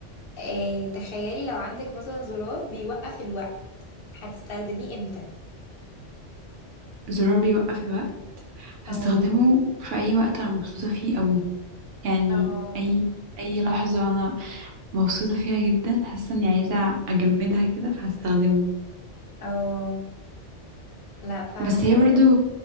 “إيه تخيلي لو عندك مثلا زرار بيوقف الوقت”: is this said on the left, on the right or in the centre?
Left